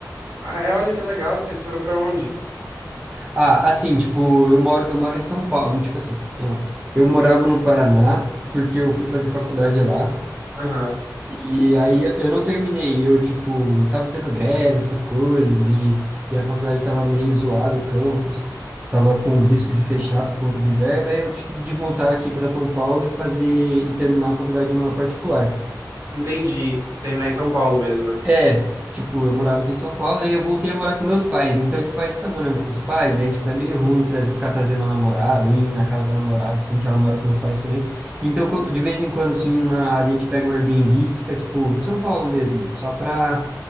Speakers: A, on the right; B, on the right.
A: Ah, é, olha que legal, vocês foram pra onde?
B: Ah, assim, tipo, eu moro, eu moro em São Paulo, tipo assim, vamos lá. Eu morava no Paraná, porque eu fui fazer faculdade lá,
A: Aham,
B: e aí eu eu não terminei, eu, tipo, tava tendo greve, essas coisas, e, e a faculdade tava meio zoada, o campus, tava com risco de fechar por conta de verba, aí eu decidi voltar aqui para São Paulo e fazer, e terminar a faculdade numa particular.
A: entendi. Terminar em São Paulo mesmo, né?
B: É, tipo, eu morava aqui em São Paulo e eu voltei a morar com meus pais. Então, tipo, aí você tá morando com os pais, aí, tipo, é meio ruim trazer, ficar trazendo a namorada ou ir na casa da namorada, assim, que ela mora com os pais também. Então, co- de vez em quando, assim, uma, a gente pega um Airbnb e fica, tipo, em São Paulo mesmo, só pra,